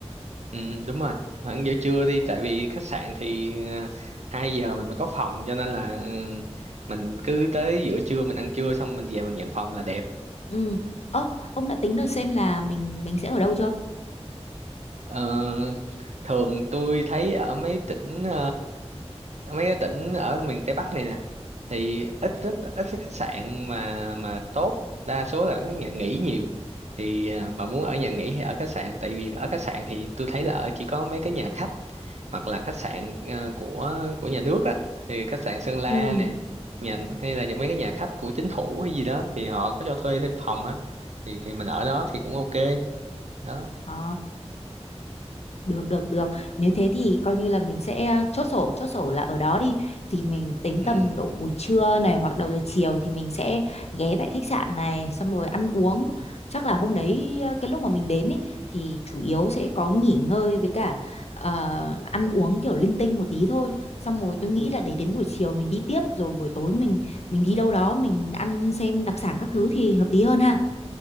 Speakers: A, on the right; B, on the left.
A: Ừ, đúng rồi. Hẳn giữa trưa đi tại vì khách sạn thì uh, 2 giờ mình mới có phòng cho nên là ừ, mình cứ tới giữa trưa mình ăn trưa xong mình về mình nhận phòng là đẹp.
B: Ừ. Ơ, ông đã tính được xem là mình mình sẽ ở đâu chưa?
A: Ờ, thường tôi thấy ở mấy tỉnh ờ, ở mấy cái tỉnh ở miền Tây Bắc này nè thì ít rất ít cái khách sạn mà mà tốt, đa số là các nhà nghỉ nhiều. Thì ờ, bà muốn ở nhà nghỉ hay ở khách sạn tại vì ở khách sạn thì tôi thấy là ở chỉ có mấy cái nhà khách hoặc là khách sạn ờ, của của nhà nước á thì khách sạn Sơn La
B: Ừ.
A: nè nhà hay là những mấy cái nhà khách của chính phủ hay gì đó thì họ có cho thuê thêm phòng á thì thì mình ở đó thì cũng ok đó
B: Ờ. Được được được. Nếu thế thì coi như là mình sẽ ờ, chốt sổ, chốt sổ là ở đó đi. Thì mình đến
A: ừ
B: tầm độ buổi trưa này hoặc đầu giờ chiều thì mình sẽ ghé tại khách sạn này xong rồi ăn uống. Chắc là hôm đấy ờ, cái lúc mà mình đến ý, thì chủ yếu sẽ có nghỉ ngơi với cả ờ, ăn uống kiểu linh tinh một tí thôi. Xong rồi tôi nghĩ là để đến buổi chiều mình đi tiếp rồi buổi tối mình mình đi đâu đó mình ăn xem đặc sản các thứ thì hợp lý hơn ha.